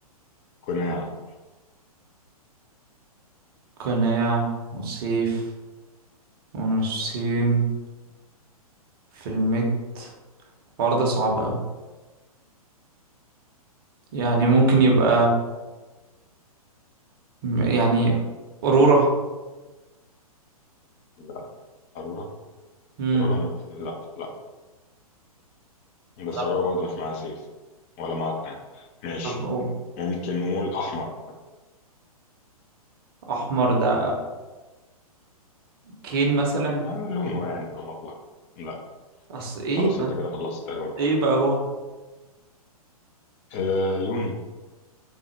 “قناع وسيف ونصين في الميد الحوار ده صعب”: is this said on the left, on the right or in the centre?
Right